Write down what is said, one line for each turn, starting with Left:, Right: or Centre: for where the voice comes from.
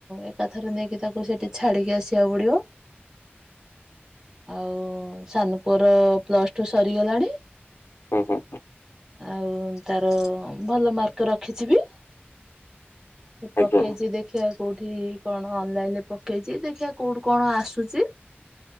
Right: ଏକାଥରେ ନେଇକି ତାକୁ ସେଠି ଛାଡିକି ଆସିବାକୁ ପଡିବ। ଆଉ ସାନପୁଅ ର ପ୍ଲସ ଟୁ ସରିଗଲାଣି।
Left: ଉଁ ହୁଁ।
Right: ଆଉ ତାର ଭଲ ମାର୍କ ରଖିଛି ବି। ସେ
Left: ଆଜ୍ଞା
Right: ପକେଇଛି ଦେଖିବାକୁ କୋଉଠି କଣ ଅନଲାଇନ ରେ ପକେଇଛି ଦେଖିବା କୋଉଠି କଣ ଆସୁଚି।